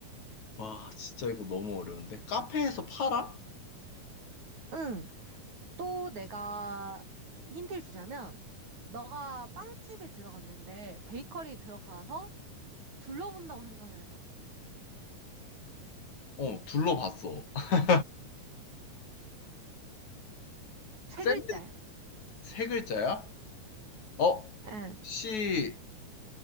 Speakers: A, on the left; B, on the right.
A: 와, 진짜 이거 너무 어려운데. 카페에서 팔아?
B: 응. 또 내가 힌트를 주자면, 너가 빵집에 들어갔는데, 베이커리에 들어가서 둘러본다고 생각을 해봐.
A: 어, 둘러봤어. <laughs>
B: 세
A: 샌드위치
B: 글자야.
A: 세 글자야? 어,
B: 응.
A: 혹시